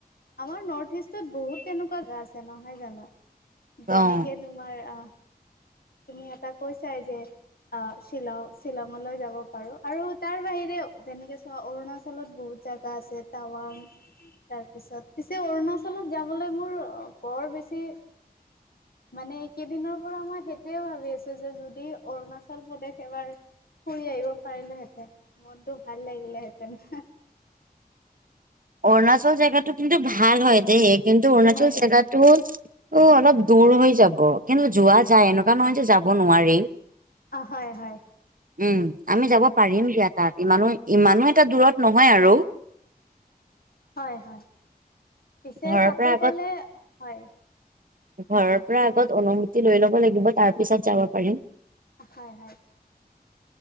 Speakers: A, on the left (about 70°); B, on the right (about 60°).
A: আমাৰ নৰ্থ ইষ্টত বহুত তেনেকুৱা গা আছে নহয় জানো। যেনেকে
B: অ
A: তোমাৰ আহ তুমি এটা কৈছাই যে অ শ্বিলং শ্বিলঙলৈ যাব পাৰো আৰু তাৰ বাহিৰেও যেনেকে চোৱা অৰুণাচলত বহুত জাগা আছে টাৱাং। তাৰপিছত পিছে অৰুণাচলত যাবলৈ মোৰ বৰ বেছি মানে এইকেইদিনৰ পৰা মই সেইটোৱে ভাবি আছো যে যদি অৰুণাচল প্ৰদেশ এবাৰ ফুৰি আহিব পাৰিলেহেঁতেন মনতটো ভাল লাগিলেহেঁতেন।
B: <inaudible> অৰুণাচল জেগাটো কিন্তু ভাল হয় দে কিন্তু অৰুণাচল
A: হয়
B: জেগাটো ও অলপ দূৰ হৈ যাব কিন্তু যোৱা যায় এনেকুৱা নহয় যে যাব নোৱাৰি।
A: অ হয় হয়
B: উম আমি যাব পাৰিম সিয়া তাত ইমানো ইমানো এটা দূৰত নহয় আৰু।
A: হয় হয়। পিছে
B: ঘৰৰ
A: তাতে
B: পৰা আগত
A: গলে হয়।
B: ঘৰৰ পৰা আগত অনুমতি লৈ ল'ব লাগিব তাৰ পিছত যাব পাৰিম।
A: হয় হয়।